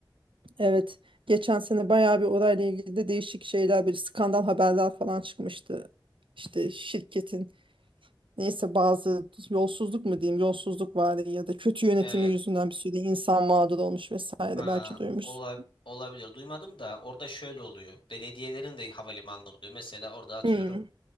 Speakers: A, on the right (about 80°); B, on the left (about 80°).
A: evet geçen sene bayağı bir orayla ilgili de değişik şeyler bir skandal haberler falan çıkmıştı. İşte şirketin neyse bazı yolsuzluk mu diyeyim yolsuzluk var ya da kötü yönetimi
B: Evet.
A: yüzünden bir sürü insan mağdur olmuş vesaire
B: Ha,
A: belki duymuşsun.
B: ola- olabilir. Duymadım da orada şöyle oluyor. Belediyelerin de havalimanı oluyor. Mesela orada atıyorum
A: Hmm.